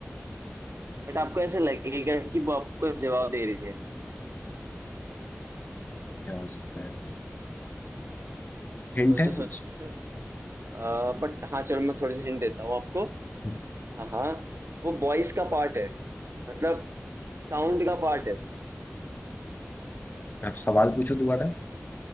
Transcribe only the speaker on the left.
क्या हो सकता है ऐसे हिंट
है कुछ
हम्म,
आप सवाल पूछो दोबारा